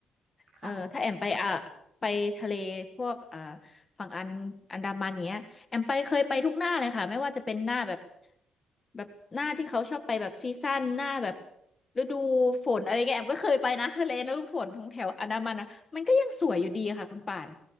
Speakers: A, on the right; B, on the left.
A: ค่ะ
B: เออถ้าแอมไปอ่ะไปทะเลพวกอ่าฝั่งอันอันดามันเงี้ยแอมไปเคยไปทุกหน้าเลยค่ะไม่ว่าจะเป็นหน้าแบบแบบหน้าที่เขาชอบไปแบบซีซั่นหน้าแบบฤดูฝนอะไรเงี้ยแอมก็เคยไปนะทะเลนะฤดูฝนทงแถวอันดามันนะมันก็ยังสวยอยู่ดีอะค่ะคุณป่าน